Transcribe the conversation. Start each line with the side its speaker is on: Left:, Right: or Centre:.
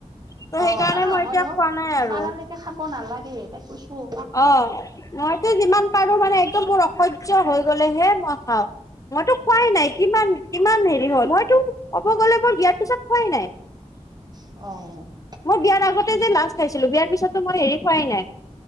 Left: ত'
Right: অ',
Left: সেইকাৰণে
Right: আৰু নহয়
Left: মই এতিয়া
Right: অ',
Left: খোৱা নাই আৰু
Right: পাৰালৈকে খাব নালাগে, তাই কৈছোঁ।
Left: অ', মইতো যিমান পাৰো মানে, একদম মোৰ অসহ্য হৈ গলেহে মই খাওঁ। মইতো খোৱাই, নাই কিমান, কিমান হে হ'ল মইতো ক'ব গলে, মই বিয়াৰ পিছত খোৱাই নাই।
Right: অ'।
Left: মই বিয়াৰ আগতে যে লাষ্ট খাইছিলোঁ, বিয়াৰ পিছতটো মই হেৰি খোৱাই নাই।